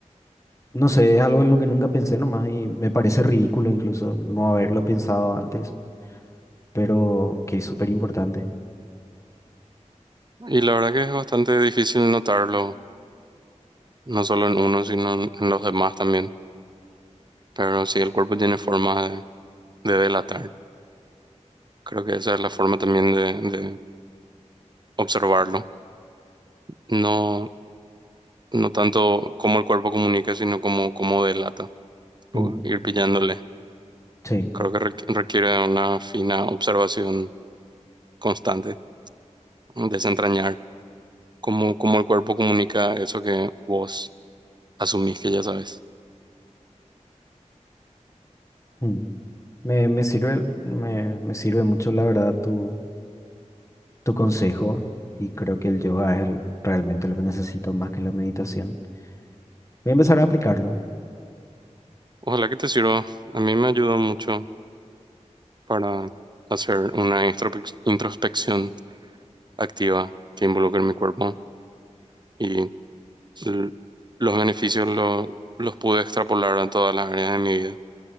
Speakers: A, on the left; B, on the right.
A: no sé, es algo en lo que nunca pensé nomás y me parece ridículo incluso no haberlo pensado antes, pero que es súper importante.
B: Y la verdad que es bastante difícil notarlo, no solo en uno, sino en, en los demás también. Pero sí, el cuerpo tiene forma de, de delatar. Creo que esa es la forma también de, de observarlo. No, no tanto cómo el cuerpo comunica, sino cómo, cómo delata, tipo,
A: Mm,
B: ir pillándole.
A: sí.
B: Creo que requ- requiere de una fina observación constante, desentrañar cómo, cómo el cuerpo comunica eso que vos asumís que ya sabes.
A: mm. Me, me sirve, me, me sirve mucho, la verdad, tu, tu consejo y creo que el yoga es el- realmente lo que necesito más que la meditación. Voy a empezar a aplicarlo.
B: Ojalá que te sirva. A mí me ayudó mucho para hacer una introspec- introspección activa que involucre mi cuerpo y l- los beneficios lo- los pude extrapolar a todas las áreas de mi vida.